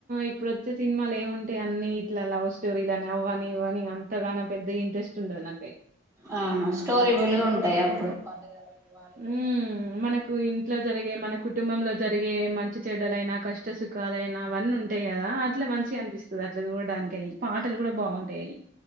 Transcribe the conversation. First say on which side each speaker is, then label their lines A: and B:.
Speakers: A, on the right; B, on the right.
A: ఇప్పుడు వచ్చే సినిమాలు ఏమి ఉంటాయి అన్ని ఇట్లా లవ్ స్టోరీ అని అవ్వని ఇవ్వని అంతగానం పెద్ద ఇంట్రెస్ట్ ఉండదు నాకై
B: ఆ స్టోరీ విలువ ఉంటాయా అప్పుడు అవళదదా
A: హ్మ్.
B: <unintelligible>
A: మనకు ఇంట్లో జరిగే మన కుటుంబంలో జరిగే మంచి చెడ్డలైనా కష్ట సుఖాలుైనా అవన్నీ ఉంటాయి కదా అట్లా మంచి అనిపిస్తుంది అట్లా చూడడానికి అవి పాటలు కూడా బాగుంటాయి